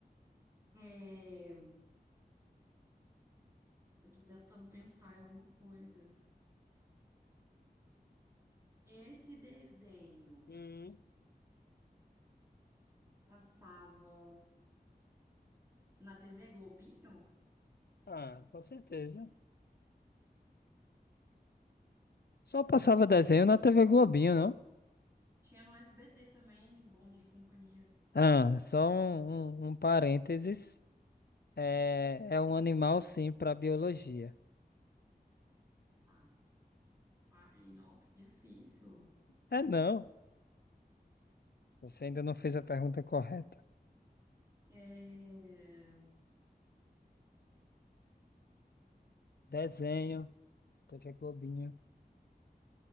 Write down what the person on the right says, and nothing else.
É... Eu tô tentando pensar em alguma coisa. Esse desenho
passava na TV Globinho?
Tinha no SBT também, Bom Dia e Companhia.
Tá. Ai, nossa, que difícil.
É...